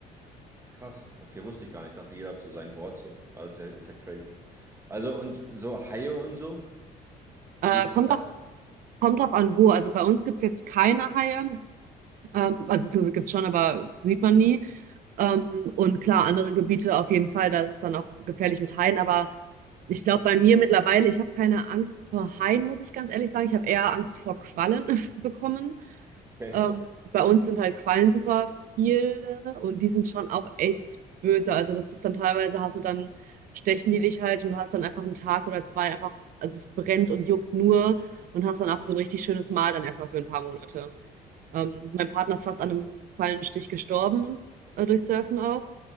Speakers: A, on the right (about 15°); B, on the right (about 55°).
A: krass, okay, wusste ich gar nicht, ich dachte, jeder hat so sein Board, so, aber ist ja, ist ja crazy. Also, und so Haie und so,
B: Äh,
A: wie ist es
B: kommt
A: da?
B: drauf, kommt drauf an, wo. Also bei uns gibt es jetzt keine Haie. Ähm, also beziehungsweise gibt es schon, aber sieht man nie. Ähm, und klar, andere Gebiete auf jeden Fall, da ist es dann auch gefährlich mit Haien, aber ich glaube, bei mir mittlerweile, ich habe keine Angst vor Haien, muss ich ganz ehrlich sagen. Ich habe eher Angst vor Quallen <laughs> bekommen.
A: Okay.
B: Ähm, bei uns sind halt Quallen super viel und die sind schon auch echt böse. Also das ist dann teilweise, hast du dann, stechen die dich halt und du hast dann einfach einen Tag oder zwei einfach, also es brennt und juckt nur und hast dann auch so ein richtig schönes Mal dann erstmal für ein paar Monate. Ähm, mein Partner ist fast an einem Quallenstich gestorben, äh, durch Surfen auch.